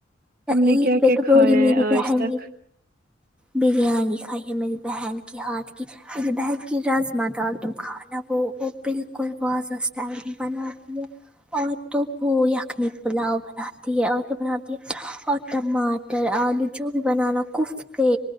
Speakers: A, on the right (about 50°); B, in the centre.
A: تم نے
B: ایک
A: کیا
B: پ
A: کیا
B: تو
A: کھایا
B: بول رہی میری
A: ہے
B: بہن
A: آج تک
B: بریانی کھائی ہے میری بہن کے ہاتھ کی میرے بہن کے رجما ڈال د کھانا وہ وہ بالکل وازس ٹائم بنا لو اور تووپو یخنی پلاؤ بناتی ہے اور کیا بناتی ہے اور ٹماٹر آلو جو بھی بنانا کوف تھے